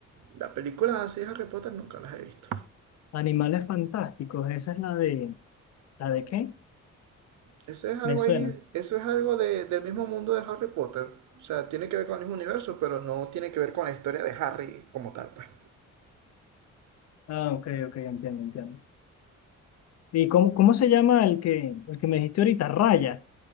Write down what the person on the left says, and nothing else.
Animales fantásticos, esa es la de... ¿La de qué?
Me suena.
Ah, ok, ok, entiendo, entiendo. ¿Y cómo, cómo se llama el que, el que me dijiste ahorita? Raya.